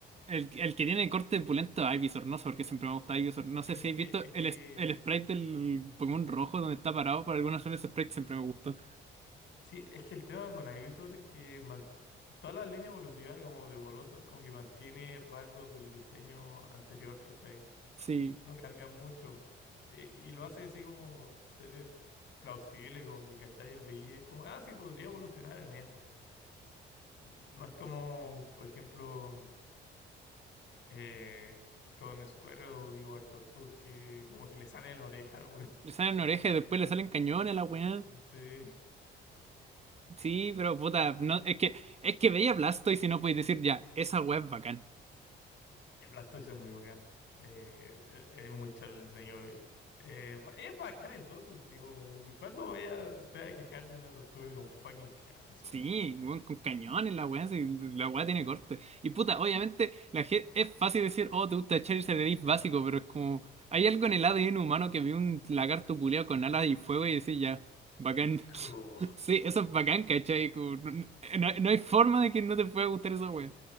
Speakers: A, on the right; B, on the left.
A: El, el que tiene corte pulento es Ivysaur, no sé por qué siempre me gusta Ivysaur. No sé
B: Es
A: si
B: que,
A: habéis visto
B: es que
A: el, es- el sprite del Pokémon rojo donde está parado, por alguna razón ese sprite siempre me gustó.
B: Sí, es que el tema con Ivysaur es que man- toda la línea evolutiva como de Bulbasaur como que mantiene rasgos del diseño anterior, ¿cachai?
A: Sí,
B: No cambia mucho. E- Y, lo hace así como ser plausible, como que, ¿cachai? Veí, es como, ah, sí, podría evolucionar en eso. N- No es como, por ejemplo, eh, con Squirtle y Turtle que como que le salen oreja, güey. <laughs>
A: le salen orejas y después le salen cañones a la weá.
B: Sí.
A: Sí, pero puta, no, es que, es que veía Blastoise y no podéis decir ya, esa weá es bacán.
B: El Blastoise es muy bacán. Eh, es, es muy chulo el diseño. y, eh, ba- es bacán en todo sentido, weón. ¿Y ¿Cuándo voy a, te voy a quejar de una tortuga con fucking cannons,
A: Sí,
B: weón?
A: weón, con cañones la weá, sí, la weá tiene corte. Y puta, obviamente, la gente es fácil decir, oh, te gusta Charizard, eres básico, pero es como, hay algo en el ADN humano que vio un lagarto culeado con alas y fuego y decís, ya, bacán. <laughs>
B: Cool.
A: Sí, eso es bacán, ¿cachai? Como, no, no- no hay forma de que no te pueda gustar esa weá.